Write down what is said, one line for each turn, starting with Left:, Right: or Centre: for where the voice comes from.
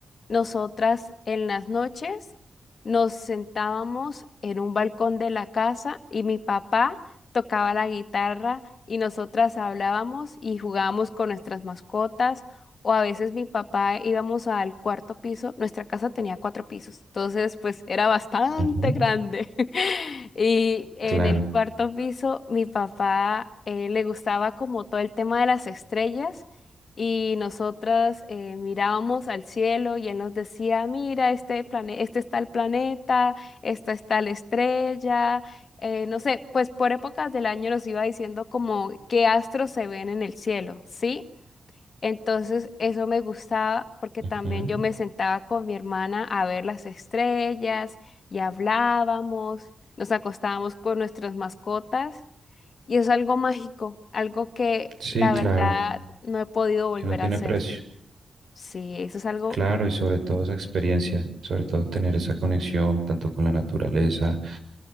Left: nosotras en las noches nos sentábamos en un balcón de la casa y mi papá tocaba la guitarra y nosotras hablábamos y jugábamos con nuestras mascotas o a veces mi papá íbamos al cuarto piso. Nuestra casa tenía cuatro pisos, entonces pues era bastante
Right: Ujú,
Left: grande. <laughs> Y en
Right: Claro.
Left: el cuarto piso mi papá eh, le gustaba como todo el tema de las estrellas y nosotras eh, mirábamos al cielo y él nos decía, mira, este plane este está el planeta, esta está la estrella, eh, no sé, pues por épocas del año nos iba diciendo como qué astros se ven en el cielo, ¿sí? Entonces eso me gustaba porque
Right: ujú.
Left: también yo me sentaba con mi hermana a ver las estrellas y hablábamos, nos acostábamos con nuestras mascotas. Y es algo mágico, algo que
Right: Sí,
Left: la
Right: claro,
Left: verdad no he podido volver
Right: que no tiene
Left: a hacer.
Right: precio.
Left: Sí, eso es algo,
Right: Claro, y sobre todo esa experiencia, sobre todo tener esa conexión tanto con la naturaleza,